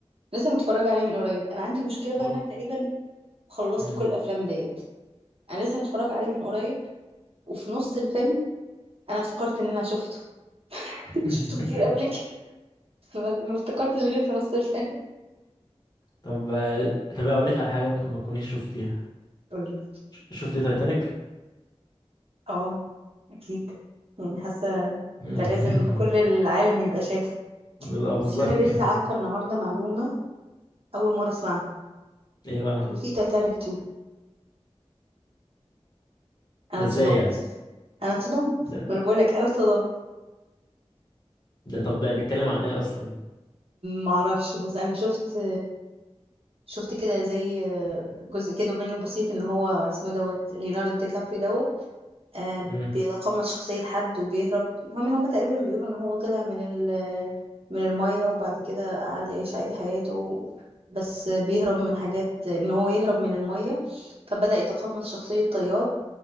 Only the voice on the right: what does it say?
لسه متفرج عليه من قريب انا عندي مشكلة بقى
ان انا تقريبا خلصت
كل الافلام ديت انا لسه متفرج عليه من قريب وفي نص الفيلم انا افتكرت ان انا شفته <laughs>
شفته كتير قبل كده <laughs> بس ما ما افتكرتش غير في نص الفيلم
قولي
اه اكيد يعني حاسه
ده لازم كل العالم يبقى شافه
بس انا
لسه عارفه النهارده معلومه اول مره اسمعها
انه في تايتانيك 2 انا
اتصدمت
انا اتصدمت
ما انا بقول لك انا اتصدمت
ما اعرفش بس انا شفت شفت كده زي جزء كده منه بسيط ان هو اسمه دوت ليوناردو دي كابري دوت آه،
بيتقمص شخصية حد وبيهرب المهم ان هما تقريبا بيقولوا ان هو طلع من ال من المية وبعد كده قعد يعيش عادي حياته بس بيهرب من حاجات ان هو يهرب من المية فبدأ يتقمص شخصية طيار